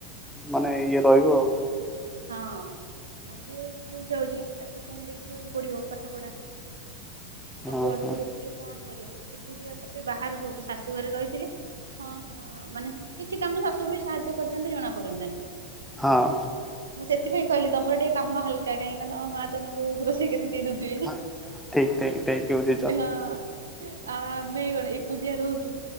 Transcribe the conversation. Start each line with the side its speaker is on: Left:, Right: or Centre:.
Centre: ମାନେ ଇଏ ରହିବ ଆଉ।
Right: ହଁ ଆଜି ସ୍କୁଲ ଯାଉଚି ତାକୁ ପୁଣି ଦେଖିବାକୁ ପଡିବ ପାଠ ପଢା। ସବୁ
Centre: ହଁ
Right: ଆଡକୁ
Centre: ହଁ
Right: ଦେଖ କଣ କରିବା ଏକୁଟିଆତବି ବାହାରେ ରହୁଚୁ ଶାଶୁ ଘରେ ରହିଥିଲେ? ହଁ ହଁ ହଁ ମାନେ କିଛି କାମ ଶାଶୁ ବି ସାହାଯ୍ୟ କରିଥାନ୍ତେ ଜଣା ପଡନ୍ତାନି।
Centre: ହଁ।
Right: ମୁଁ ସେଥିପାଇଁ କହିଲିତମର ଟିକିଏ କାମ ହାଲକା କାହିଁକିନା ତମ ମା ତମକୁ ରୋଷେଇ କରିକି ଦେଇ ଦୋଉଥିବେ।
Centre: ହଁ ଠିକ ଠିକ ଠିକ ବୁଝିଛ
Right: ହଁ। ଆଉ ଆମେ କଣ ଏକୁଟିଆ ରହୁଚୁ।